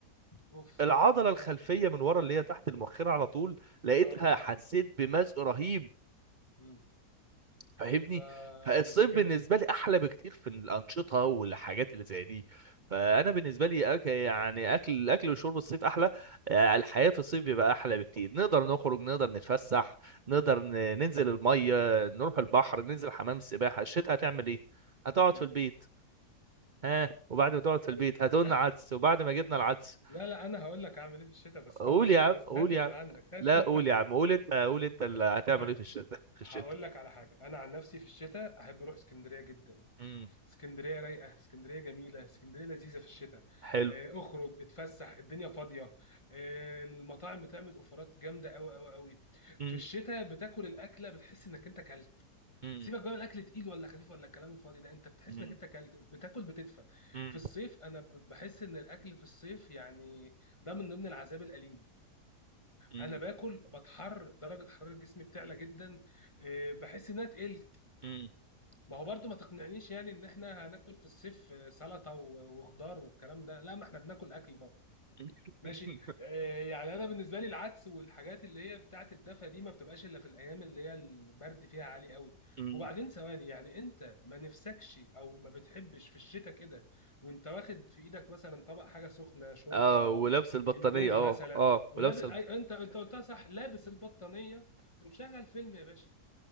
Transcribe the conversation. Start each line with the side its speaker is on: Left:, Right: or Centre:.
Left: اوف
Right: العضله
Left: و-
Right: الخلفيه من ورا اللي هي تحت المؤخره على طول لقيتها
Left: اه اه
Right: حسيت بمزق رهيب
Left: مم.
Right: فاهمني
Left: ده
Right: فالصيف
Left: مشكلة
Right: بالنسبه
Left: دي
Right: لي احلى بكتير في الانشطه والحاجات اللي زي دي فانا
Left: مم.
Right: بالنسبه لي أك... يعني اكل اكل وشرب الصيف احلى آه، الحياه في الصيف بيبقى احلى بكتير نقدر نخرج نقدر نتفسح نقدر ن... ننزل الميه نروح البحر ننزل
Left: مم.
Right: حمام السباحه الشتاء هتعمل ايه هتقعد
Left: مم.
Right: في البيت ها وبعد ما تقعد في
Left: طيب.
Right: البيت هتقولنا
Left: <laughs>
Right: عدس وبعد ما جبنا العدس
Left: لا لا انا هقول لك اعمل ايه في الشتاء بس
Right: قول
Left: خلص
Right: يا
Left: انت
Right: عم
Left: بس
Right: قول
Left: هات
Right: يا
Left: اللي
Right: عم
Left: عندك هات
Right: لا
Left: اللي...
Right: قول يا عم قول انت قول انت اللي
Left: <laughs>
Right: هتعمل
Left: طيب
Right: ايه في الشتاء <laughs> في الشتاء
Left: هقول لك على حاجة انا عن نفسي في الشتاء احب اروح اسكندرية جدا
Right: امم
Left: اسكندريه رايقه اسكندريه جميله اسكندريه لذيذه في الشتاء
Right: حلو
Left: آه، اخرج اتفسح الدنيا فاضيه آه، المطاعم بتعمل اوفرات جامده قوي قوي قوي
Right: امم
Left: في الشتاء بتاكل الاكله بتحس انك انت كلت
Right: امم
Left: سيبك بقى من الاكل تقيل ولا خفيف ولا الكلام الفاضي ده انت بتحس
Right: امم.
Left: انك انت كلت بتاكل بتدفى
Right: مم.
Left: في الصيف انا ب- بحس ان الاكل في الصيف يعني ده من ضمن العذاب الاليم
Right: مم.
Left: انا باكل بتحر درجه حراره جسمي بتعلى جدا آه، بحس انها تقل
Right: مم.
Left: ما هو برضو ما تقنعنيش يعني ان احنا هناكل في الصيف سلطه و- وخضار والكلام ده لا ما احنا بناكل اكل برضه
Right: <laughs>
Left: ماشي آه، يعني انا بالنسبه لي العدس والحاجات اللي هي بتاعه الدفا دي ما بتبقاش الا في الايام اللي هي البرد فيها عالي قوي
Right: مم.
Left: وبعدين ثواني يعني انت ما نفسكش او ما بتحبش في الشتاء كده وانت واخد في ايدك مثلا طبق حاجه سخنه شوربه
Right: اه ولابس البطانية
Left: اندومي
Right: اه
Left: مثلا
Right: اه
Left: ولابس
Right: ولابس الب...
Left: أي... انت انت قلتها صح لابس البطانيه ومشغل فيلم يا باشا